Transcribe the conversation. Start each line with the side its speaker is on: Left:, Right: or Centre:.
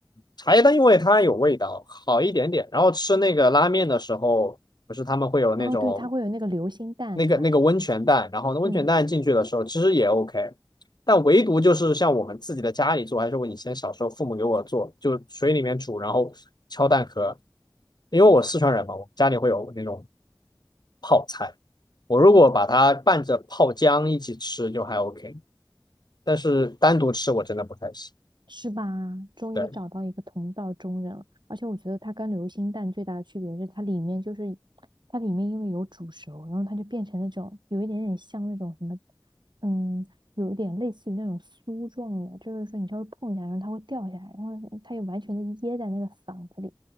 Left: 茶叶蛋，因为它有味道，好一点点。然后吃那个拉面的时候，不是他们会有那种
Right: 哦，对，它会有那个流心蛋，
Left: 那个那个温泉蛋，
Right: 对吧？
Left: 然后那温泉蛋进去的时候其实也
Right: 嗯。
Left: OK，但唯独就是像我们自己的家里做，还是我以前小时候父母给我做，就水里面煮，然后敲蛋壳。因为我四川人嘛，我家里会有那种泡菜，我如果把它拌着泡姜一起吃就还 OK，但是单独吃我真的不太行。
Right: 是吧？终于找到一个同道中人了，
Left: 对
Right: 而且我觉得它跟流心蛋最大的区别是，它里面就是它里面因为有煮熟，然后它就变成那种有一点点像那种什么，嗯，有一点类似于那种酥状的，就是说你稍微碰一下，然后它会掉下来，然后它又完全的噎在那个嗓子里，